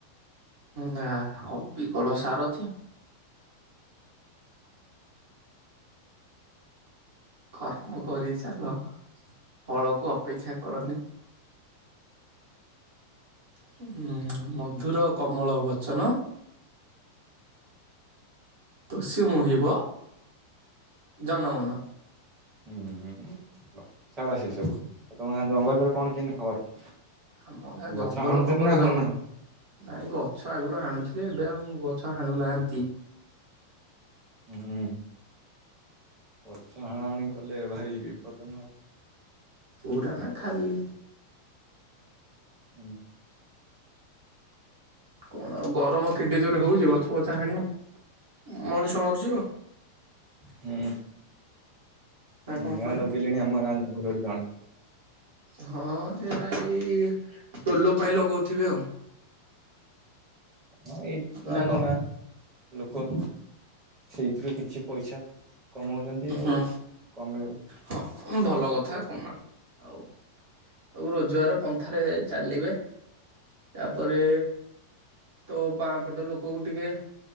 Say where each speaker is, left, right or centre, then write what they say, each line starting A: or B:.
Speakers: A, on the right; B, on the right.
A: ନାଁ ଅବିିକଳ ସାରଥୀ। କର୍ମ କରି ଚାଲ ଫଳକୁ ଅପେକ୍ଷା କରନି। ହୁଁ ମଧୁର କମଳ ବଚନ ତୋଷୀ ମୋହିବ ଜନମନ।
B: ହୁଁ ହୁଁ। ହ ଛାଡ ସେ ସବୁ ଆଉ ତମ ଗାଁ ଜଙ୍ଗଲରେ କଣ କେମିତି ଖବର?
A: ଆମ ଗାଁ
B: ଗଛ
A: ଜଙ୍ଗଲ
B: ହାଣୁଛନ୍ତି
A: ଖବର
B: ନା ହାଣୁନାହାନ୍ତି?
A: ଜଙ୍ଗଲ ନାଇଁ ଗଛ ଆଗରୁ ହାଣୁଥିଲେ, ଏବେ ଆଉ ଗଛ ହାଣୁନାହାଁନ୍ତି।
B: ହୁଁ। ଗଛ ହଣା ହଣି କଲେ ଭାରି ବିପଦ ନାଁ ଆଉ।
A: ପୁରା ନା ଖାଲି।
B: ହୁଁ।
A: କଣ ଆଉ ଗରମ କେଡେ ଜୋରେ ହଉଛି ଗଛ ଫଛ ହାଣିବ ମଣିଷ ମରିଯିବ।
B: ହୁଁ
A: ନା କଣ
B: ନିଆଁ
A: କହିଲୁ?
B: ଲଗେଇଲେଣି ଆମ ଗାଁ ଜଙ୍ଗଲରେ କଣେ।
A: ହଁ ଏରା ଏଇ ଟୋଲୋ ପାଇଁ ଲଗଉଥିବେ ଆଉ।
B: ହଁ ଏଇ ତମ
A: ନା କଣ?
B: ଗାଁ ଲୋକ ସେଇଥିରୁ କିଛି ପଇସା କମଉଛନ୍ତି
A: ହଁ
B: ଆଉ କମେଇ
A: ହଁ ଭଲ କଥା କମାନ୍ତୁ ଆଉ। ସବୁ ରୋଜଗାର ପନ୍ଥାରେ ଚାଲିବେ। ୟାପରେ ତୋ ବାଁପଟ ଲୋକକୁ ଟିକେ